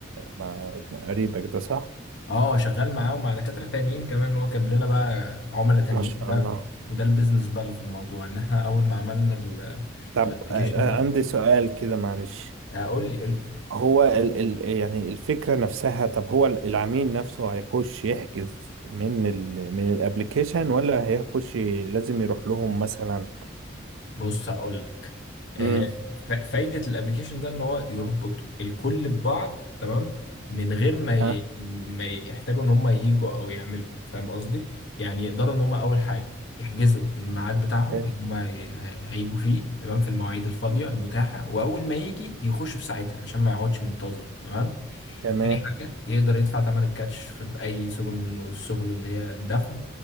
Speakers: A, on the right (about 80°); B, on the left (about 65°).
A: مع ابن قريبك ده صح
B: اه شغال معاه ومع دكاترة تانيين كمان هو جاب لنا بقى عملاء تانيين
A: ما شاء
B: ده
A: الله
B: وده البيزنس بقى اللي في الموضوع ان احنا اول ما عملنا
A: طب
B: الابلكيشن
A: آه،
B: ده
A: عندي سؤال كده معلش
B: آه، قول لي قول لي
A: هو ال ال يعني الفكرة نفسها طب هو العميل نفسه هيخش يحجز من ال من الابليكيشن ولا هيخش لازم يروح لهم مثلا
B: بص هقول لك آه،
A: امم
B: ف- فايدة الابليكيشن ده ان هو يربط الكل ببعض تمام من غير ما ي...
A: اه
B: ما يحتاجوا ان هم ييجوا او يعملوا فاهم قصدي يعني يقدروا ان هم اول حاجة يحجزوا الميعاد بتاعهم
A: حلو.
B: اللي هم هي- هي- هيجوا فيه تمام في المواعيد الفاضية المتاحة واول ما يجي يخش في ساعتها عشان ما يقعدش منتظر تمام
A: تمام
B: تاني حاجة يقدر يدفع ثمن الكاتش في بأي سبل من السبل اللي هي الدفع